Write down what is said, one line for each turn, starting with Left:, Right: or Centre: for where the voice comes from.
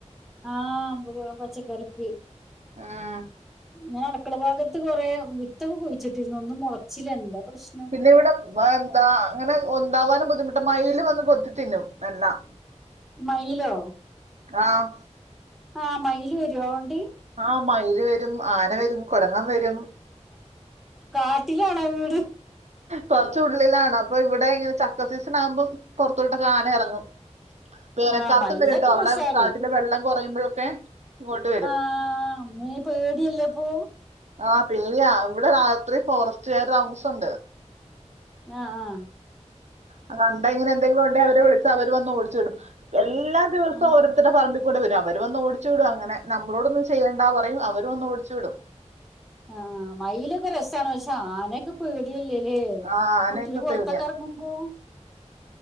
Centre: ആഹ് <unintelligible> പച്ചക്കറിക്ക്
Right: ആഹ്
Centre: ഞാൻ അടക്കള ഭാഗത്ത് കൊറെ വിത്തൊക്കെ കുഴിച്ചിട്ടിരുന്നു ഒന്നും മുളച്ചില്ല എന്താ പ്രശ്
Right: പിന്നെ ഇവിടെ എന്താ അങ്ങനെ ഒണ്ടാവാനും ബുദ്ധിമുട്ടാ മയിൽ വന്ന് കൊത്തി തിന്നും എല്ലാം
Centre: മയിലോ
Right: ആഹ്
Centre: ആഹ് മയില് വരോ അവോണ്ട്
Right: ആ മയില് വരും ആന വരും കുരങ്ങൻ വരും
Centre: കാട്ടിലാണോ വീട്
Right: കൊർച്ച ഉള്ളിലാണ് അപ്പൊ ഇവിടെ ഇങ്ങനെ ചക്കസീസൺ ആകുമ്പം പൊറത്തോട്ടൊക്കെ ആന എറങ്ങും വേനൽക്കാലത്തും
Centre: ആ മയിലൊക്കെ
Right: വരുംട്ടോ അവിടെ
Centre: രസാണ്
Right: കാട്ടിലെ വെള്ളം കുറയുമ്പോഴൊക്കെ ഇങ്ങോട്ട് വരും
Centre: ആഹ് അമ്മേ പേടിയല്ലേപ്പൂ
Right: ആഹ പേടിയാ ഇവിടെ രാത്രി ഫോറസ്റ്റുകാര് താമസം ഉണ്ട്
Centre: ആഹ് ആഹ്
Right: അഹ് കണ്ട ഇങ്ങനെ എന്തെങ്കിലും ഒണ്ടെ അവരെ വിളിച്ചാ അവര് വന്ന് ഓടിച്ചു വിടും എല്ലാ ദിവസവും
Centre: ആ
Right: പറമ്പിൽ കൂടെ വരും അവര് വന്ന് ഓടിച്ചു വിടും അങ്ങനെ നമ്മളോടൊന്നും ചെയ്യേണ്ടാ പറയും അവര് വന്ന് ഓടിച്ചു വിടും
Centre: ആഹ് മയിലൊക്കെ രസാണ് പക്ഷേ ആന പേടിയല്ലെല്ലേ
Right: ആ ആനയൊക്കെ
Centre: കുട്ടിയാൾ പൊറത്തൊക്കറങ്ങുമ്പോ
Right: പേടിയാ